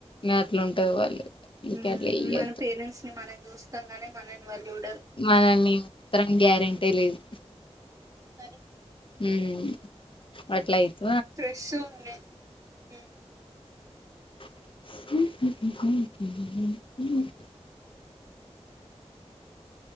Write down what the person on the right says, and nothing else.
మ్
మన పేరెంట్స్ ని మనం చూస్తాం గాని మనల్ని వాళ్ళు చు
మరి
ఫ్రెష్ ఉన్నయ్ మ్